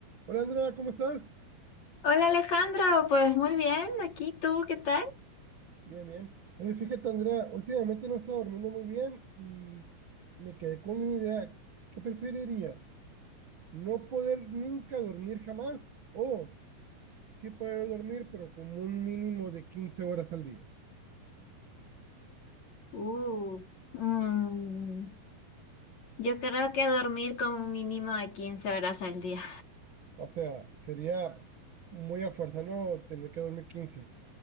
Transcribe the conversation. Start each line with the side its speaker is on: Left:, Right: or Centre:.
Right: Hola Andrea, ¿cómo estás?
Left: Hola Alejandra, pues muy bien, aquí tú, ¿qué tal?
Right: Bien, bien. Oye, fíjate Andrea, últimamente no he estado durmiendo muy bien y me quedé con una idea. ¿Qué preferirías? ¿No poder nunca dormir jamás o sí poder dormir pero como un mínimo de 15 horas al día?
Left: Uh, mm, yo creo que dormir con un mínimo de quince horas al día.
Right: O sea, sería muy a fuerza no tener que dormir 15,